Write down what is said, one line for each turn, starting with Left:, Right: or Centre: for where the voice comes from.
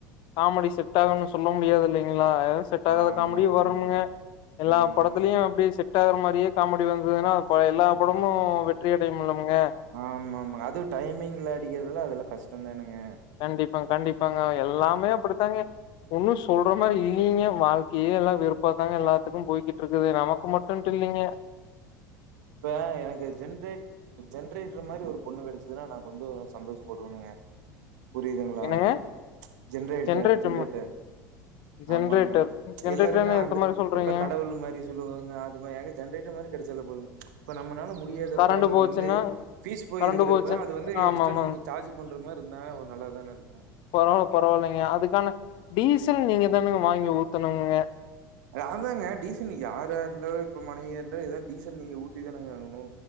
Left: காமடி செட் ஆகும்னு சொல்ல முடியாது இல்லைங்ளா எதா செட் ஆகாத
Right: ஆமா
Left: காமடியு
Right: ஆமாங்க
Left: வருமுங்க எல்லா
Right: ம்
Left: படத்துலயு அப்டே செட் டாகுற மாரியே காமெடி வந்ததுன்னு ப எல்லா படமு வெற்றிய அடையுமுல்லங்க
Right: ஆமா ஆமா அதுவு டைமிங்ல அடிக்கிறதுலா அதுல்லா கஸ்ட்டந்தானுங்க
Left: கண்டிப்பா கண்டிப்பாங்க எல்லாமே அப்டிதாங்க ஒன்னு சொல்ற மாரி இல்லீங்க வாழ்க்கையே எல்லா வெறுப்பா தாங்க எல்லாத்துக்கும் போய்கிட் ட்ருக்குது நமக்கு மட்டுன்ட்டு இல்லிங்க
Right: இப்ப எனக்கு ஜென்ரேட் ஜென்ரேட்டர் மாரி ஒரு பொண்ணு கெடச்சதுன்னா நா கொஞ்சொ சந்தோஷ படுவனுங்க புரியுதுங்ளா
Left: என்னங்க
Right: ஜென்ரேட்டர்
Left: ஜென்ரேட்டும்
Right: ஜென்ரேட்டர்
Left: ஜென்ரேட்டர்
Right: ஆமாங்க
Left: ஜென்ரேட்டர்னா
Right: எல்லாருமே
Left: எந்த
Right: அந்த
Left: மாரி சொல்றீங்க
Right: இப்ப கடவுள் மாரி சொல்லுவாங்க அது மா ஏங்க ஜென்ரேட்டர் மாரி கெடச்சாலே போதுங்க இப்ப நம்மனால மு டியாதப்ப
Left: கரண்டு
Right: நம்ம
Left: போச்சுன்னா
Right: வந்து ஃபீஸ் போய்
Left: கரண்டு
Right: இருக்குறப்ப
Left: போச்சு
Right: அது வந்து
Left: ஆமா
Right: எக்ஸ்ட்டன்
Left: ஆமா
Right: சார்ஜ் பண்ற மாரி இருந்தா ஒ நல்லா தான இருக்கு
Left: பரவால்ல பரவால்லைங்க அதுக்கான டீசல் நீங்க தானுங்க வாங்கி ஊத்தனுங்கங்க
Right: அததாங்க டீசல் நீங்க யாரா இருந்தாலு இப்ப மனைவியா இருந்தாலு இதீ டீசல் நீங்க ஊத்திதானுங்க ஆகணு